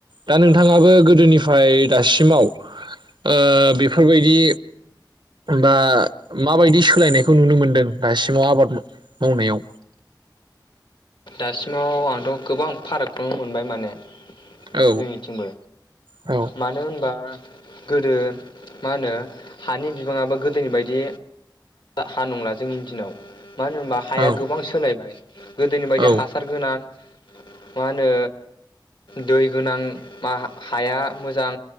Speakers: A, on the right; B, on the left.
A: दा नोंथाङाबो गोदोनिफ्राय दासिमाव ओ बेफोरबायदि बा माबायदि सोलायनायखौ नुनो मोनदों दासिमाव आबाद मावनायाव?
B: दासिमाव आंथ गोबां फारागखौनो मोनबाय माने
A: औ
B: जोंनिथिंबो
A: औ
B: मानो होनबा गोदो मा होनो हानि बिबाङाबो गोदोनि बायदि हा नंला जोंनि दिनाव मानो होनबा हाया
A: औ
B: गोबां सोलायबाय बेदि
A: औ
B: हासार गोनां मा होनो दै गोनां मा हाया मोजां